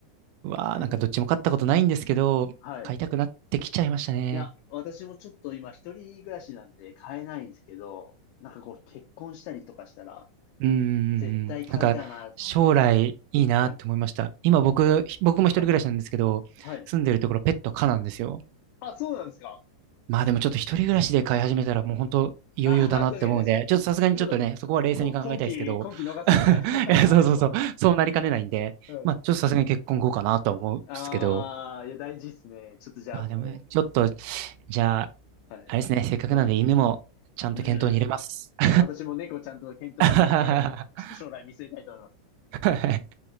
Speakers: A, on the right; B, on the left.
A: わあ、
B: え
A: なんかどっちも飼ったことないんですけど、
B: はい。
A: 飼いたくなってきちゃいましたね。
B: いや、私もちょっと今、一人暮らしなんで買えないんですけど、なんかこう、結婚したりとかしたら、
A: うんうんうん。
B: 絶対買いたいな、
A: なんか、
B: とか思います。
A: 将来いいなって思いました。
B: はい、
A: 今僕、僕も一人暮らしなんですけど、
B: はい、はい。
A: 住んでるところペット可なんですよ。
B: あ、そうなんですか
A: まあでもちょっと一人暮らしで飼い始めたらもう本当いよいよだなって思うんで、
B: ああ、<laughs> 確かに確かに。
A: ちょっとさすがにちょっとね、
B: ちょっと、
A: そこは冷静に考えたいですけど、
B: こ、今期、今期逃すみたいな
A: <laughs> いやそうそうそう、
B: <laughs> ありますもんね。
A: そうなりかねないんで、
B: うん。
A: まあちょっとさすがに結婚後かなと思うんですけど、
B: ああ、いや、大事っすね。ちょっとじゃあも
A: まあでもね、ちょっと、じゃあ、
B: う、はい、
A: あれですね、
B: 結婚。
A: せっかくなんで犬もちゃんと検討に入れます。
B: うん。い
A: <laughs>
B: や、私も猫ちゃんと検討に入れて、
A: は
B: ちょっと将来見据えたいと思います。
A: い